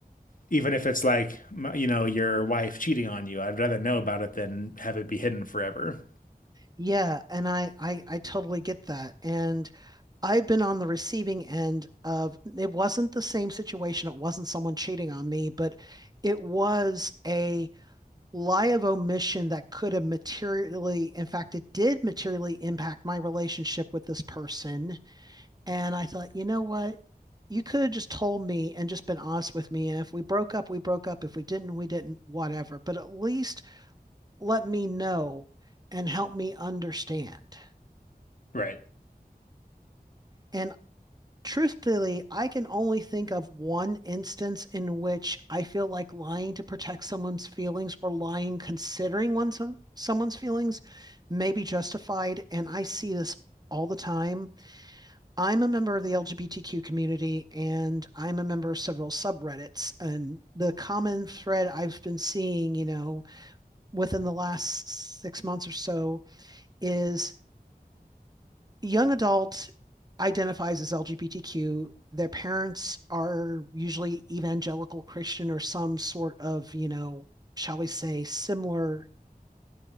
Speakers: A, on the left (about 55°); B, on the right (about 25°).
A: Even if it's like, m- you know, your wife cheating on you, I'd rather know about it than have it be hidden forever.
B: Yeah, and I I I totally get that. And I've been on the receiving end of it wasn't the same situation. It wasn't someone cheating on me, but it was a lie of omission that could have materially, in fact, it did materially impact my relationship with this person. And I thought, you know what? You could have just told me and just been honest with me. And if we broke up, we broke up. If we didn't, we didn't, whatever. But at least let me know and help me understand.
A: Right.
B: And truthfully, I can only think of one instance in which I feel like lying to protect someone's feelings or lying considering one's someone's feelings may be justified. And I see this all the time. I'm a member of the LGBTQ community and I'm a member of several subreddits. And the common thread I've been seeing, you know, within the last six months or so is young adult identifies as LGBTQ. Their parents are usually evangelical Christian or some sort of, you know, shall we say, similar